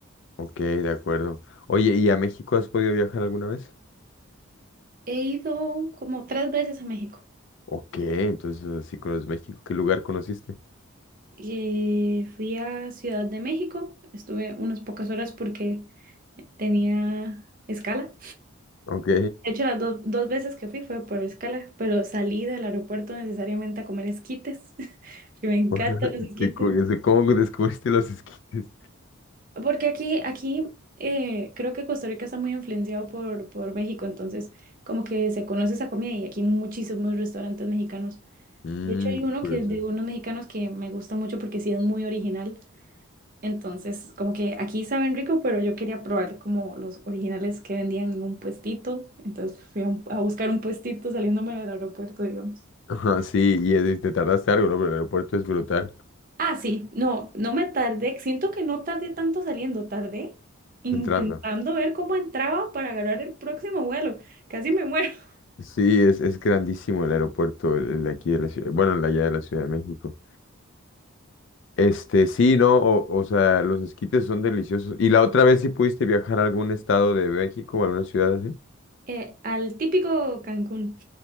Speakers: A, on the left (about 55°); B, on the right (about 40°).
A: Ok, de acuerdo. Oye, ¿y a México has podido viajar alguna vez?
B: He ido como tres veces a México.
A: Ok, entonces así conoces México. ¿Qué lugar conociste?
B: Eh, fui a Ciudad de México, estuve unas pocas horas porque tenía escala.
A: Ok,
B: De hecho, las do- dos veces que fui fue por escala, pero salí del aeropuerto necesariamente a comer esquites, <laughs> que me encantan
A: <laughs>
B: los esquites.
A: qué curioso. ¿Cómo descubriste los esquites?
B: Porque aquí, aquí eh, creo que Costa Rica está muy influenciado por, por México, entonces como que se conoce esa comida y aquí hay muchísimos restaurantes mexicanos.
A: Mmm,
B: De hecho, hay uno
A: qué curioso.
B: que es de
A: <laughs>
B: unos mexicanos que me gusta mucho porque sí es muy original. Entonces, como que aquí saben rico, pero yo quería probar como los originales que vendían en un puestito. Entonces fui a, un- a buscar un puestito saliéndome del aeropuerto, digamos.
A: Ajá, sí, y eh, te tardaste algo, ¿no? Pero el aeropuerto es brutal
B: Ah, sí, no, no me tardé. Siento que no tardé tanto saliendo, tardé intentando
A: entrando.
B: ver cómo entraba para agarrar el próximo vuelo. Casi me muero. <laughs>
A: Sí, es, es grandísimo el aeropuerto, el, el de aquí de la ciudad, bueno, el de allá de la Ciudad de México. Este, sí, no, o, o sea, los esquites son deliciosos. ¿Y la otra vez sí pudiste viajar a algún estado de México o alguna ciudad así?
B: Eh, al típico Cancún.